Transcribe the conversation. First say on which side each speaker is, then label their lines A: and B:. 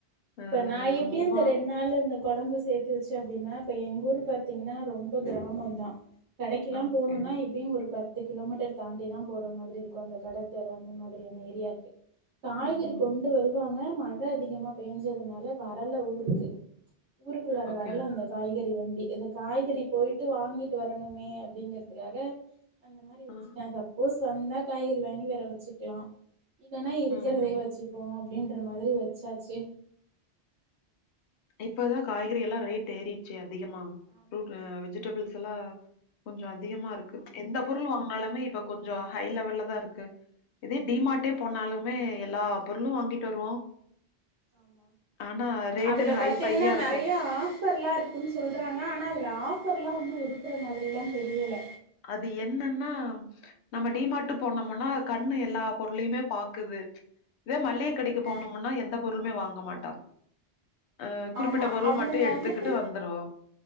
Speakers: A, on the left; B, on the right.
A: அ
B: இப்ப நா எப்டி
A: ரொம்ப
B: அந்த ரெண் நாள் அந் கொழம்பு சேத்து வச்சு அப்டின்னா இப்போ எங்க ஊரு பாத்தீங்னா ரொம்ப க்ராமந்தா கடைக்கெல்லா
A: அ ஓகே
B: போணுன்னா எப்டியு ஒரு பத் து கிலோமீட்டர் தாண்டிதா போற மாதிரி இருக்கு அந்த கடத்தெரு அந்த மாதிரியான ஏரியாக்கு காய்கறி
A: ம்
B: கொண்டு வருவாங்க மழ அதிகமா பேஞ்சதுனால வரல ஊருக்கு ஊருக்குள்ளார
A: ஓகே
B: வரல அந்த காய்கறி வண்டி இந்த காய்கறி போய்ட்டு வாங்கிட்டு வரணுமே அப்டிங்கறதுக்காக அந்த மாதிரி வச்சுட்டே
A: அ
B: சப்போஸ் வந்தா காய்கறி வாங்கி வேற வச்சுக்லா இல்லனா இருக்கிறதே
A: ம்
B: வச்சுப்போ அப்டின்ற மாதிரி வச்சாச்சு
A: இப்பதா காய்கறி எல்லா ரேட் ஏறிட்ச்சு அதிகமா
B: ஆமா
A: ப்ரூட்
B: ஆமா ஆமா
A: வெஜிடபிள்ஸ் எல்லா கொஞ்ச அதிகமா இருக்கு எந்த பொருள் வாங்னாலுமே இப்ப கொஞ்ச ஹை லெவல்லதா இருக்கு இதே டிமார்ட்டே
B: ஆமா ஆமா
A: போனாலுமே எல்லா பொருளு வாங்கிட்டு வருவோ
B: ஆமா
A: ஆனா ரேட்டு
B: அதுல
A: ஹைஃபையா
B: பாத்தீங்கன்னா
A: இருக்கும்.
B: நெறையா ஆஃபர்லா இருக்குன்னு சொல்றாங்க ஆனா அதுல ஆஃபர்லா ஒன்னு இருக்கிற மாதிரிலா தெரியல
A: அது என்னன்னா நம்ம டிமாட்டு
B: ம்
A: போனோமன்னா கண்ணு எல்லா பொருளையுமே பாக்குது இதே மல்லிகை
B: ஆமா
A: கடைக்கு போனமுன்னா எந்த பொருளுமே வாங்க மாட்டாங் அ குறிப்பிட்ட
B: ஆமா
A: பொருள்
B: அவனுங்க
A: மட்டு எடுத்துக்கிட்டு
B: வந்துட்டு
A: வந்துருவே